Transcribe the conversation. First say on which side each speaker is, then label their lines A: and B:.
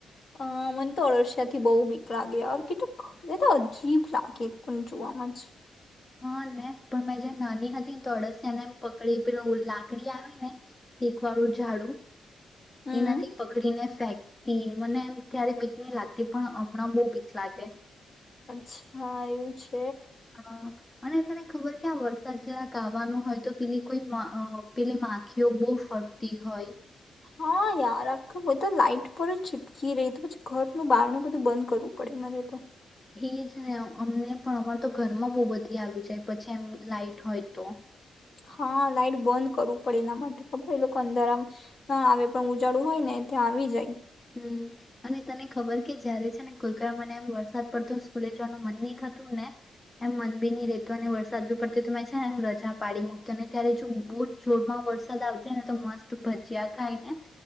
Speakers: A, on the left; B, on the left.
A: અ મને તો અળશિયા થી બહુ બીક લાગે યાર કેટલુંક તો અજીબ લાગેને જોવાવામાં જ
B: હા, ને પણ મેં જે નાની હતી ને તો અડસિયાને એમ પકડી પેલો લાકડી આવી ને ટેકવાડું ઝાડું
A: હમ
B: એનાથી પકડીને ફેંકતી મને એમ ક્યારે બીક નહી લાગતી, પણ હમણાં બોઉ બીક લાગે
A: અચ્છા એવું છે.
B: હા, અને તને ખબર કે આ વરસાદ જરાક આવાનો હોય, તો પેલી કોઈ અ પેલી માખીઓ બહુ ફરતી હોય
A: હા, યાર આખા બધા લાઈટ પર જ ચીપકી રહી તો પછી ઘરનું બહારણ બધું બંધ કરવું પડે, મારે તો
B: એ છે ને અમને પણ અમાર તો ઘરમાં બહુ બધી આવી જાય પછી, એમ લાાઈટ હોય તો
A: હા લાાઈટ બંધ કરવું પડે એના માટે ખબર લોકો અંદર આમ ના આવે પણ ઉજાળું હોય ને ત્યાં આવી જાય
B: હમ અને તને ખબર કે જયારે છે, ને કોઈકઈ મને એમ વરસાદ પડતો સ્કૂલે જવાનું મન નહ થતું ને એમ મન બી નહી રેતું અને વરસાદ બી પડતો તો મેં છે, ને એ રજા પાડી મૂકતો ને ત્યારે જો બહુ જ જોરમાં વરસાદ આવતો ને તો મસ્ત ભજીયા ખાઈને